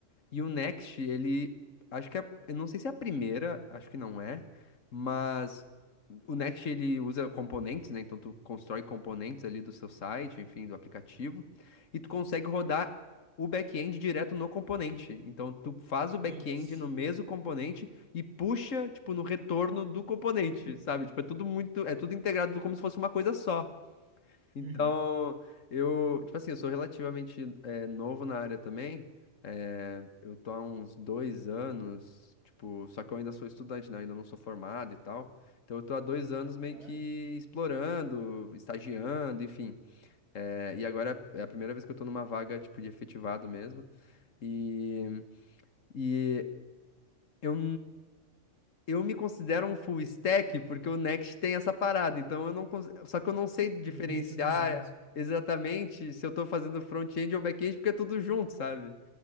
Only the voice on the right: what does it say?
Putz.
Uhum.
Vai.
Meio tudo junto.